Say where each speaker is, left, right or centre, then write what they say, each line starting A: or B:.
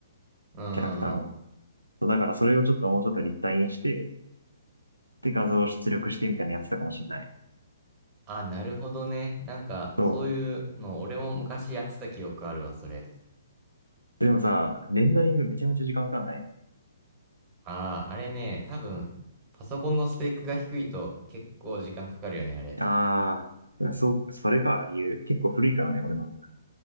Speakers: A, on the right; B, on the right.
A: うんうんうん。
B: キャラクターの。そうだからそれをちょっともうちょっと立体にして、で、画像を出力してみたいにやってたかもしんない。
A: あ、なるほどね。なんか、
B: そ
A: そういうの、俺も昔やってた記憶あるわ、それ。
B: う。でもさ、レンダリングめちゃめちゃ時間かかんない
A: ああ、あれね、多分、パソコンのスペックが低いと結構時間かかるよね、あれ。
B: ああ、そう、それか、理由。結構古いからね、俺の。